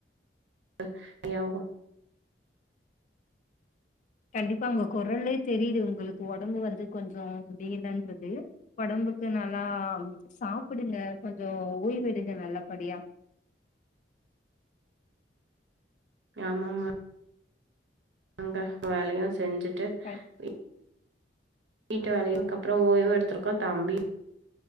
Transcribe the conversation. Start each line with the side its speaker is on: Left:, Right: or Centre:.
Right: <unintelligible>
Left: கண்டிப்பா உங்க குரலே தெரியுது உங்களுக்கு உடம்பு வந்து கொஞ்சோ முடியலன்றது உடம்புக்கு நல்லா சாப்டுங்க கொஞ்சோ ஓய்வு எடுங்க நல்லபடியா
Right: ஆமாமா ங்க வேலயு செஞ்சுட்டு
Left: க
Right: வீ வீட்டு வேலைகளுக் அப்றோ ஓய்வு எடுத்ருக்கோ தம்பி